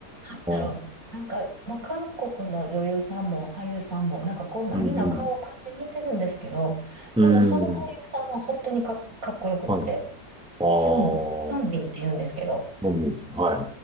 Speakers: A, on the right; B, in the centre.
A: なんだろう。
B: うん
A: なんか、まあ、韓国の女優さんも俳優さんも、なんかこんな、
B: うん。
A: みんな顔感じ似てるんですけど、
B: うん。
A: でもその俳優さんは本当にか、かっこよくって、
B: はい。ああ、
A: ヒョン、ヒョンビンって言うんですけど、
B: 飲みです。はい。